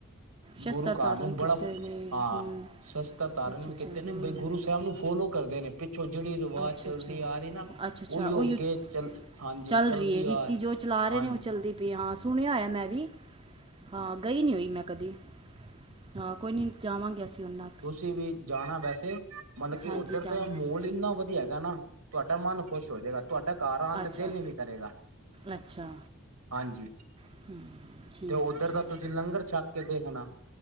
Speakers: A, on the right; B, on the right.
A: ਸ਼ਸਤਰ
B: ਗੁਰੂ ਘਰ
A: ਧਾਰਨ
B: ਨੂੰ ਬੜਾ
A: ਕੀਤੇ ਹੋਏ ਨੇ
B: ਹਾਂ,
A: ਹੂੰ
B: ਸ਼ਸਤਰ ਧਾਰਨ
A: ਅੱਛਾ ਅੱਛਾ
B: ਕੀਤੇ ਨੇ,
A: ਹੂੰ
B: ਬਈ ਗੁਰੂ ਸਾਹਿਬ ਨੂੰ ਫੋਲੋ ਕਰਦੇ ਨੇ, ਪਿ ਛੋਂ ਜਿਹੜੀ ਰਵਾਜ਼
A: ਅੱਛਾ
B: ਚੱਲਦੀ
A: ਅੱਛਾ ਅੱਛਾ
B: ਆ ਰਹੀ ਨਾ,
A: ਅੱਛਾ
B: ਉਹੀਓ
A: ਉਹ
B: ਅੱਗੇ
A: ਯੂ
B: ਚੱਲ ਹਾਂਜੀ
A: ਚੱਲ
B: ਚੱਲਦੀ
A: ਰਹੀ ਹੈ ਰੀਤੀ
B: ਆ
A: ਜੋ ਚਲਾ ਰਹੇ
B: ਹਾਂਜੀ
A: ਨੇ ਉਹ ਚੱਲਦੀ ਪਈ ਆ, ਹਾਂ ਸੁਣਿਆ ਹੋਇਆ ਮੈਂ ਵੀ ਹਾਂ ਗਈ ਨੀ ਹੋਈ ਮੈਂ ਕਦੀ। ਹਾਂ, ਕੋਈ ਨੀ ਜਾਵਾਂਗੇ ਅਸੀਂ ਉਹਨਾਂ
B: ਤੁਸੀਂ ਵੀ ਜਾਣਾ ਵੈਸੇ, ਮਤਲਬ ਕਿ
A: ਹਾਂਜੀ
B: ਓਦਰ
A: ਜਾਵਾਂਗੇ
B: ਦਾ ਮਹੋਲ ਇੰਨਾ ਵਧੀਆ ਹੈਗਾ ਨਾ, ਤੁਹਾਡਾ ਮਨ ਖੁਸ਼ ਹੋ ਜੇਗਾ। ਤੁਹਾਡਾ ਘਰ ਆਉਣ
A: ਅੱਛਾ
B: ਤੇ ਦਿਲ ਹੀ ਨੀ ਕਰੇਗਾ,
A: ਅੱਛਾ
B: ਹਾਂਜੀ
A: <inaudible>
B: ਤੇ ਓਦਰ ਦਾ
A: ਹੈ
B: ਤੁਸੀਂ ਲੰਗਰ ਛੱਕ ਕੇ ਦੇਖਣਾ।